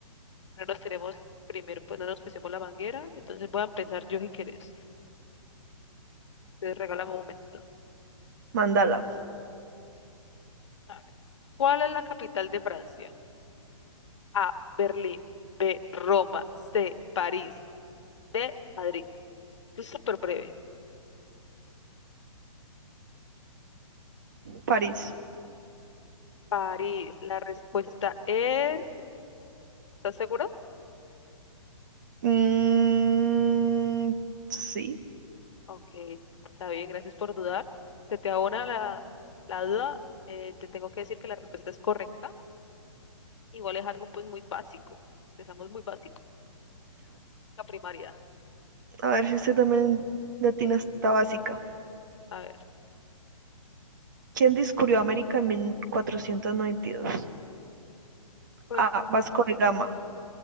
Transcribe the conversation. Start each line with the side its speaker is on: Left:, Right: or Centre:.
Left: no nos tenemos primero, pues no nos pusimos la manguera. Entonces voy a empezar yo si quieres. Te regálame un momento.
Right: Mandala,
Left: A ver. ¿Cuál es la capital de Francia? A, Berlín. B, Roma. C, París. D, Madrid. Esto Es súper breve.
Right: París.
Left: París, la respuesta es... ¿Estás segura?
Right: Mm, sí,
Left: Ok, está bien, gracias por dudar. Se te abona la, la duda. eh, te tengo que decir que la respuesta es correcta. Igual es algo pues muy básico. Empezamos muy básico. La primaria.
Right: a ver si usted también latina está básica.
Left: A ver,
Right: ¿Quién descubrió América en 1492?
Left: pues,
Right: A. Vasco de Gama,